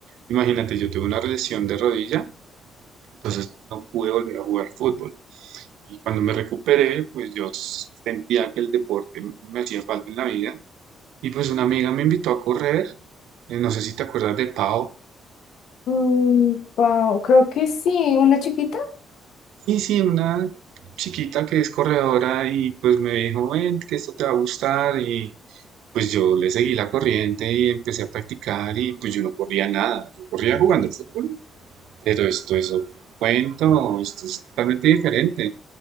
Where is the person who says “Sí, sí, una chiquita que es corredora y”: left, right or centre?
Right